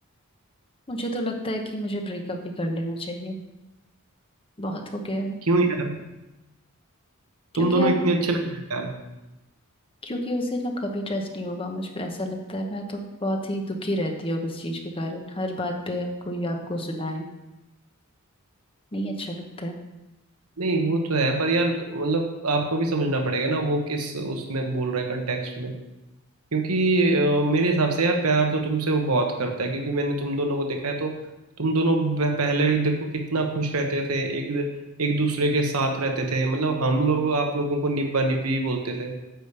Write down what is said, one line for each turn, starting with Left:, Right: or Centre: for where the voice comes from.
Left: मुझे तो लगता है कि मुझे ब्रेकअप ही कर लेना चाहिए बहुत हो गया है
Right: क्यों यार
Left: क्योंकि
Right: तुम दोनों
Left: अब
Right: इतने अच्छे लग रहे हो यार
Left: क्योंकि उसे ना कभी ट्रस्ट नहीं होगा मुझ पे ऐसा लगता है मैं तो बहुत ही दुखी रहती हूँ अब इस चीज के कारण हर बात पे कोई आपको सुनाए नहीं अच्छा लगता है
Right: नहीं वो तो है पर यार मतलब आपको भी समझना पड़ेगा ना वो किस उसमें बोल रहा है कंटेक्स्ट में क्योंकि अ, मेरे हिसाब से यार प्यार तो तुमसे वो बहुत करता है क्योंकि मैंने तुम दोनों को देखा है तो तुम दोनों ब- पहले देखो कितना खुश रहते थे एक एक दूसरे के साथ रहते थे मतलब हम लोग आप लोगों को निब्बा निब्बी बोलते थे